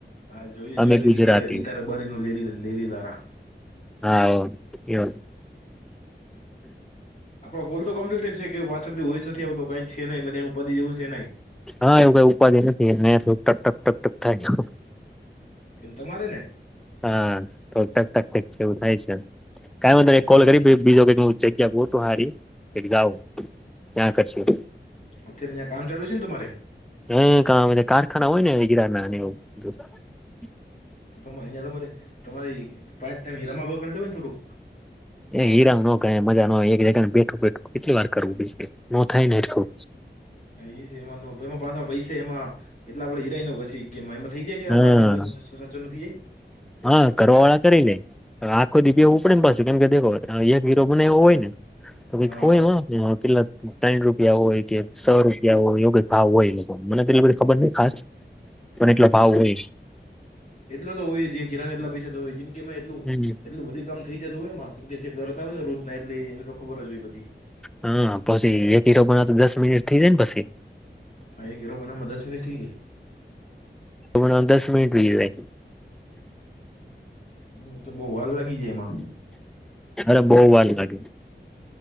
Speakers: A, on the left (about 40°); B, in the centre.
A: હા જોયું
B: અમે
A: જોયું
B: ગુજરાતી
A: ગીતા ગીતા રબારી નું લહેરીલા લાલા
B: હા હ એવ
A: આપણો કોલ તો કમ્પ્લીટ છે કે પાછળથી વોઇસ નથી આવતો કઈ છે એટલે કઈ પદી એવું છે નહીં
B: હા એવું કઈ ઉપાધિ નથી ને તો ટક ટક ટક ટક થાય
A: કે તમારે ને
B: હા તો ટક ટક ટક છે એવું થાય છે કઈ વાંધો નહી
A: એ
B: એક કોલ
A: તમારે
B: કરી બીજો ક હું જગ્યા બહુ તું હારી એક જઉ ત્યાં કરશું
A: અત્યારે અહીં કામ ચાલુ છે ને તમારે
B: હમમ ગણા બધા કારખાના હોય ને ગિરના એવું <unintelligible>
A: તો ત અહિયાં તમારે તમારી પાંચ ટાઈમ હીરામાં બ કરીને લેય ને થોડુંક
B: એ હીરામ નો મજા નય એક જગ ને બેઠું બેઠું કેટલી વાર કરવું બી ન થાય હરખું
A: એ છે એમાં ન એમાં પાછા પૈસા એમાં એટલે આપણે હીરાય ન ઘસી કે ગમાં એમાં થઈ જાય કે આપણા
B: હા
A: આખા દિવસનો કશું સાચો નથી જાય એ
B: હા કરવા વાળા કરી લે આખો દી બેવું પડે પાછું કેમ દેખો એક હીરો બન્યું હોય ને તો
A: હા
B: કોઈ દેખો કિલત ત્રણ રૂપિયા હોય કે સો રૂપિયા હોય એવો કઈ ભાવ હોય એ લોકો મને એટલી બધી ખબર ન ખાસ પણ એટલો ભાવ હોય
A: એટલો તો હોય જે કિરાણને એટલા પૈસા તો હોય કેમ કે એટું
B: હમ
A: એટલું બધું કામ થઈ જતું હોય એમાં કેમ કે જે ઘરતા હોય ને રોજ ના એટલે એને તો ખબર જ હોય પછી
B: હા પછી વેટી રબર ના દસ મિનિટ થઈ જાય ને પછી
A: હા એક હીરો બનાવમાં દસ મિનટ થઈ જાય
B: તો દસ મિટ ગય.
A: હમ તો બઉુ વાર લાગી જાય એમાં- -
B: અરે બહુ વાર લાગ.